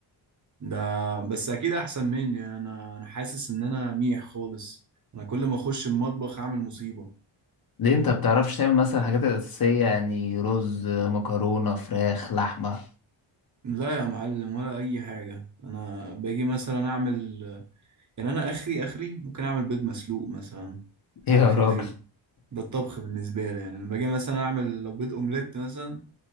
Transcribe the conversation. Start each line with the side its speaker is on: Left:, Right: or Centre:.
Right: ده بس اكيد احسن مني يعني انا انا حاسس ان انا ميح خالص انا كل ما اخش المطبخ اعمل مصيبة
Left: ليه انت بتعرفش تعمل مثلا الحاجات الاساسيه يعني رز مكرونه فراخ لحمه
Right: لا يا معلم ولا اي حاجة انا باجي مثلا اعمل يعني انا اخري اخري ممكن اعمل بيض مسلوق مثلا
Left: <laughs> ايه
Right: عليه
Left: يا
Right: فلفل
Left: راجل
Right: ده الطبخ بالنسبة لي يعني لما باجي مثلا اعمل لو بيض اومليت مثلا